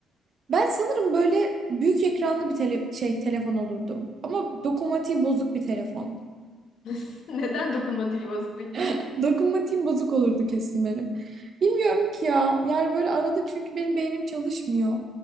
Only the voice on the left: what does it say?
<laughs> Neden dokunmatik vazo peki?